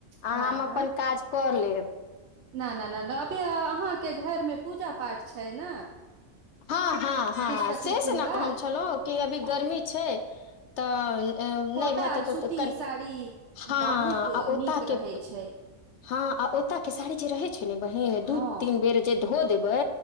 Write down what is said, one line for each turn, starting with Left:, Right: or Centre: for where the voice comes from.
Right: हँ
Left: आ हम अपन काज कर लेब <inaudible>
Right: न न न नहि अभी अहाँके घरमे पूजा पाठ छै ने
Left: हँ हँ हँ
Right: बीस पच्चीस
Left: से से
Right: दिन
Left: ने
Right: बाद
Left: कह छलहुँ कि अभी
Right: अह,
Left: गर्मी छै तऽ नहि
Right: कोटा
Left: हेतै
Right: आर
Left: तऽ
Right: सूती
Left: कनि
Right: साड़ी
Left: ह
Right: बहुत
Left: ओता
Right: नीक
Left: के
Right: रहै छै
Left: ह आ ओतऽ साड़ी जे रहे छै ने बहिन दू
Right: हँ
Left: तीन बेर जे धो देबे